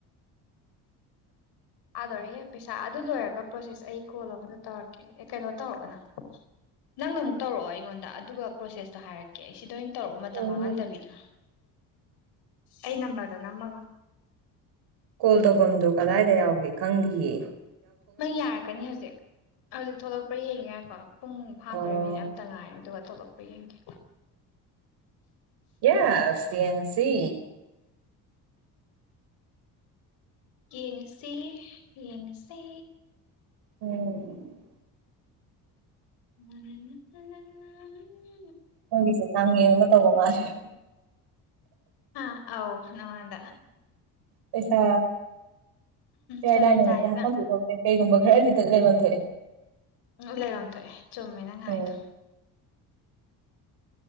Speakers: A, on the left; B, on the right.
A: ꯑꯥꯗꯣꯔꯦ ꯄꯩꯁꯥ ꯑꯗꯨ ꯂꯣꯏꯔꯒ ꯄ꯭ꯔꯣꯁꯦꯁ ꯑꯩ ꯀꯣꯜ ꯑꯃꯗ ꯇꯧꯔꯛꯀꯦ ꯑꯦ ꯀꯩꯅꯣ ꯇꯧꯔꯛꯑꯣꯅ ꯅꯪꯅ ꯑꯃꯨꯛ ꯇꯧꯔꯛꯑꯣ ꯑꯩꯉꯣꯟꯗ ꯑꯗꯨꯒ ꯄ꯭ꯔꯣꯁꯦꯁꯇꯣ ꯍꯥꯏꯔꯛꯀꯦ ꯑꯩ ꯁꯤꯗ ꯑꯣꯏꯅ ꯇꯧꯔꯛꯑꯣ
B: ꯎꯝ
A: ꯃꯇꯝ ꯃꯥꯡꯍꯟꯗꯕꯤꯗ ꯑꯩ ꯅꯝꯕꯔꯗ ꯅꯝꯃꯒ
B: ꯀꯣꯜ ꯇꯧꯐꯝꯗꯨꯣ ꯀꯗꯥꯏꯗ ꯌꯥꯎꯒꯦ ꯈꯪꯗꯦꯌꯦ
A: ꯅꯪ ꯌꯥꯔꯛꯀꯅꯤ ꯍꯧꯖꯤꯛ ꯍꯧꯖꯤꯛ ꯊꯣꯛꯂꯛꯄ꯭ꯔꯥ ꯌꯦꯡꯒꯦ ꯌꯥꯀꯣ ꯎꯝ ꯍꯞꯈꯔꯦ
B: ꯑꯣ
A: ꯃꯤꯅꯤꯠ ꯑꯃꯇꯥ ꯉꯥꯏ ꯑꯗꯨꯒ ꯊꯣꯛꯂꯛꯄ ꯌꯦꯡꯒꯦ
B: ꯌꯦꯁ ꯌꯦꯡꯁꯤ
A: ꯌꯦꯡꯉꯁꯤ ꯌꯦꯡꯉꯁꯤ
B: ꯎꯝ
A: ꯅ <inaudible>
B: ꯁꯪꯒꯤꯁꯦ ꯆꯥꯡꯉꯦꯅ ꯇꯧꯕ ꯃꯥꯜꯂꯦ
A: ꯑ ꯑꯥꯎ ꯅꯉꯥꯟ <inaudible>
B: ꯄꯩꯁꯥ ꯏꯌꯥꯔ
A: ꯆꯪꯉꯝꯗꯥꯏꯗꯨꯗ
B: ꯂꯥꯏꯅ ꯍꯦꯛꯇ ꯍꯥꯐꯝꯗꯤ ꯊꯣꯛꯇꯦ ꯀꯩꯒꯨꯝꯕ ꯈꯔꯗꯤꯇ ꯂꯩꯐꯝ ꯊꯣꯛꯑꯦ
A: ꯎ ꯂꯩꯔꯝ ꯊꯣꯛꯑꯦ ꯆꯨꯝꯃꯦ ꯅꯪ
B: ꯎꯝ
A: ꯍꯥꯏꯗꯣ